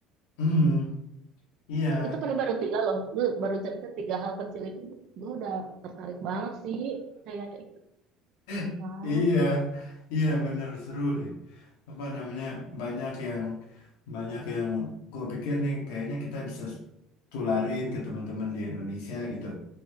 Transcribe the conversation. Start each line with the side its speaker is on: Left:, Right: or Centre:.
Left: hmm iya
Right: Itu, itu padahal baru tiga loh. Lu baru cerita tiga hal kecil itu gue udah tertarik banget sih kayak ikut sumpah.
Left: <laughs> iya iya bener seru deh apa namanya banyak yang banyak yang gue pikir nih kayaknya kita bisa tularin ke teman-teman di Indonesia gitu